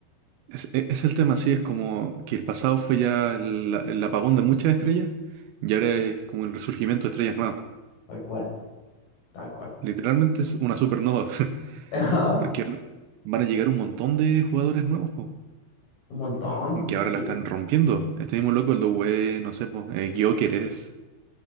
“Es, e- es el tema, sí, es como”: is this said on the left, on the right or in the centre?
Right